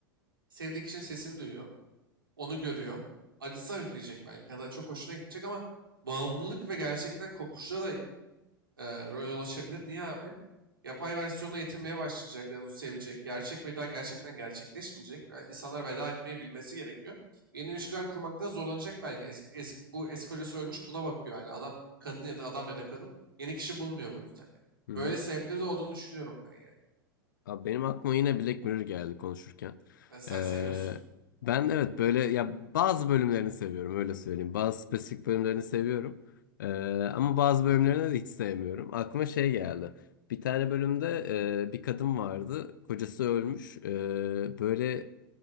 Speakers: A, on the right; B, on the left.
A: Sevdiği kişinin sesini duyuyor, onu görüyor. Acısı hafifleyecek belki ya da çok hoşuna gidecek ama bağımlılık ve gerçekten kopuşla da e, rol ulaşabilir. Niye abi? Yapay versiyonla yetinmeye başlayacak, biraz sevecek. Gerçek veda gerçekten gerçekleşmeyecek. Yani insanlar veda etmeyi bilmesi gerekiyor. Yeni ilişkiler kurmakta zorlanacak belki. Es- Eski, bu eski kocası ölmüş buna bakıyor hala. Adam kadın ya da adam ya da kadın yeni kişi bulmuyor bu yüzden yani.
B: hı hı.
A: Böyle sebepleri de olduğunu düşünüyorum ben yani.
B: Abi benim aklıma yine Black Mirror geldi konuşurken.
A: Ben- sen
B: Ee,
A: seviyorsun.
B: ben evet böyle ya bazı bölümlerini seviyorum öyle söyleyeyim. Bazı spesifik bölümlerini seviyorum. Ee, ama bazı bölümlerini de hiç sevmiyorum. Aklıma şey geldi. Bir tane bölümde e, bir kadın vardı. Kocası ölmüş. Ee, böyle